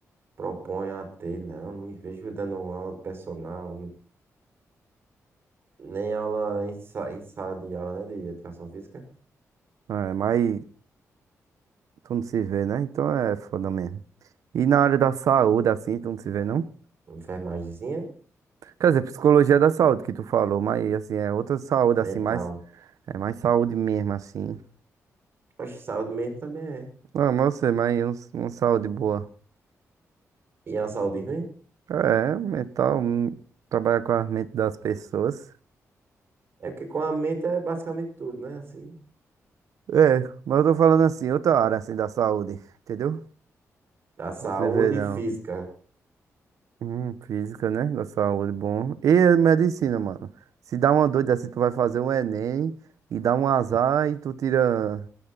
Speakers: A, on the right (about 45°); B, on the right (about 75°).
A: propõe a ter, não. Não me vejo dando aula de personal, Nem aula em, sa- em sala de aula, né? De educação física.
B: É, mas tu não se vê, né? Então é foda mesmo. E na área da saúde, assim, tu não se vê, não?
A: Uma Enfermagemzinha,
B: Quer dizer, psicologia é da saúde que tu falou, mas assim, é outra saúde,
A: mental.
B: assim, mais. É mais saúde mesmo, assim.
A: Acho que saúde mesmo também é.
B: Não, mas eu sei, mas um- uma saúde boa.
A: E a saúde ruim?
B: É, mental, hum, trabalhar com a mente das pessoas.
A: É porque com a mente é basicamente tudo, né? Assim.
B: É, mas eu tô falando assim, outra área assim da saúde, entendeu?
A: Da saúde
B: Você vê não.
A: física.
B: Hum, física, né? Da saúde, bom. E a medicina, mano. Se dá uma doida assim, tu vai fazer um Enem e dá um azar e tu tira